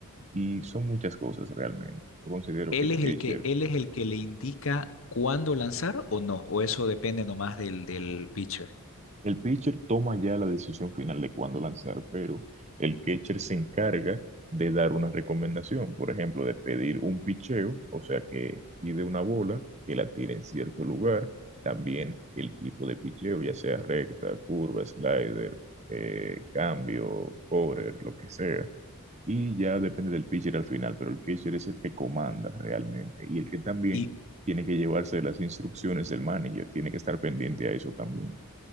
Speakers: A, on the right (about 30°); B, on the left (about 65°).
A: y son muchas cosas realmente. Yo considero
B: Él
A: que el
B: es
A: catcher,
B: el que, él es el que le indica cuándo lanzar o no, o eso depende nomás del, del pitcher.
A: el pitcher toma ya la decisión final de cuándo lanzar, pero el catcher se encarga de dar una recomendación, por ejemplo, de pedir un picheo, o sea, que pide una bola, que la tire en cierto lugar, también el tipo de picheo, ya sea recta, curva, slider, eh, cambio, cover, lo que sea. y ya depende del pitcher al final, pero el pitcher es el que comanda realmente y el que también
B: Y
A: tiene que llevarse las instrucciones del manager, tiene que estar pendiente a eso también.